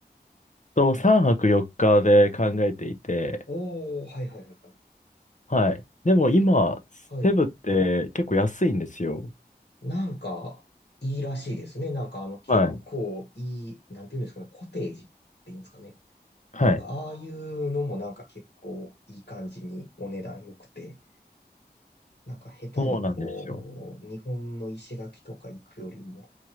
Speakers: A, on the left; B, on the left.
A: と、3泊4日で考えていて、
B: おー、はいはいはいはい。
A: はい。でも今、
B: せはい。
A: セブって結構安いんですよ。
B: なんか、いいらしいですね。なんか、あの、結構いい、
A: はい。
B: なんていうんですかね、コテージっていうんですかね。
A: はい。
B: なんか、ああいうのもなんか結構いい感じにお値段良くて、なんか下手にこう、
A: そうなんですよ。
B: 日本の石垣とか行くよりも、